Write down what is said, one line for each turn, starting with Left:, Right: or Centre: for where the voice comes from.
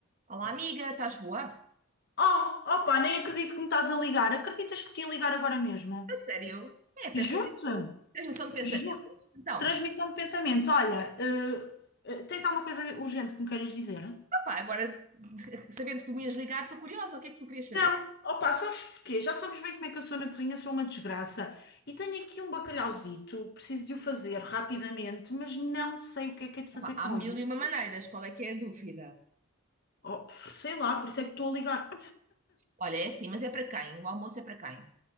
Right: Olá, amiga, estás boa?
Left: Oh, opa, nem acredito que me estás a ligar. Acreditas que te ia ligar agora mesmo?
Right: A sério? É pensamento,
Left: Juro-te,
Right: transmissão de pensamentos?
Left: juro.
Right: Então,
Left: Transmissão de pensamentos. Olha, eh, eh, tens alguma coisa urgente que me queiras dizer?
Right: opá, agora <laughs> sabendo que tu me ias ligar, estou curiosa, o que é que tu querias saber?
Left: Não. Opa, sabes porquê? Já sabes bem como é que eu sou na cozinha, sou uma desgraça. E tenho aqui um bacalhauzito, preciso de o fazer rapidamente, mas não sei o que é que é de fazer
Right: Opá,
Left: com
Right: há mil
Left: ele.
Right: e uma maneiras, qual é que é a dúvida?
Left: Oh, sei lá, por isso é que estou a ligar.
Right: Olha, é assim, mas é para quem? O almoço é para quem?